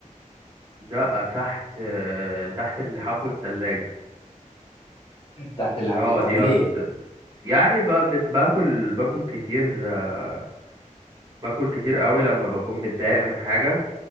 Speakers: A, on the right; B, on the left.
A: لا تحت آه، تحت الحفو التلاجة
B: تحت اللحاف
A: اه
B: طب
A: دي
B: ليه
A: أكتر يعني ب... بت... باكل باكل كتير آه، باكل كتير قوي لما بكون متضايق من حاجة